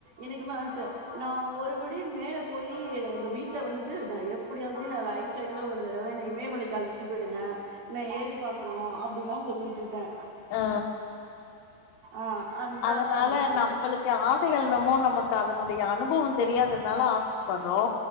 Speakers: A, on the right; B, on the left.
A: எனக்குமா சார் நா ஒருபடி மேல போயி எங்க வீட்ல வந்துட்டு நா எப் எப்டியாவது என்ன லைஃப் டைம்ல ஒரு தடவ என்ன இமயமலைக்கு அழச்சுட்டு போயிடுங்க நா ஏறி பாக்கணு அப்டிலா சொல்லிட்டு இருக்கே
B: ஆ
A: ஆ அதா
B: அதனால
A: நா உங்கள்ட்ட கேட்டே
B: நம்மளுக்கு ஆசைகள் என்னமோ நமக் கு அதனுடைய அனுபவோ தெரியாததுனால ஆசப்படுறோ